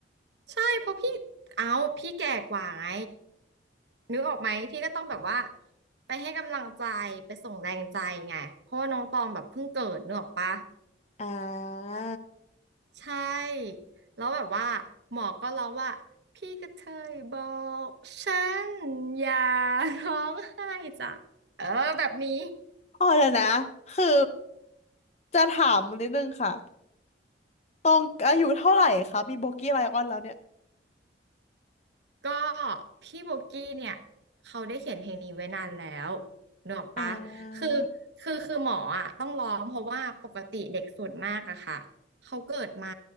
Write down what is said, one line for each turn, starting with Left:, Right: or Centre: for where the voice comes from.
Right: ใช่เพราะพี่เอาพี่แก่กว่าไงนึกออกไหมพี่ก็ต้องแบบว่าไปให้กำลังใจไปส่งแรงใจไงเพราะว่าน้องตองแบบเพิ่งเกิดนึกออกปะ
Left: อ่า
Right: ใช่แล้วแบบว่าหมอก็ร้องว่าพี่กระเทยบอกฉันอย่าร้องไห้จ้ะเออแบบนี้
Left: อ๋อเดี๋ยวนะคือจะถามนิดนึงค่ะตองอายุเท่าไหร่คะมีโบกี้ไลออนแล้วเนี่ย
Right: ก็พี่โบกี้เนี่ยเขาได้เขียนเพลงนี้ไว้นานแล้วเนกอะปะคือ
Left: อ่า
Right: คือคือหมออ่ะต้องร้องเพราะว่าปกติเด็กส่วนมากอะค่ะเขาเกิดมา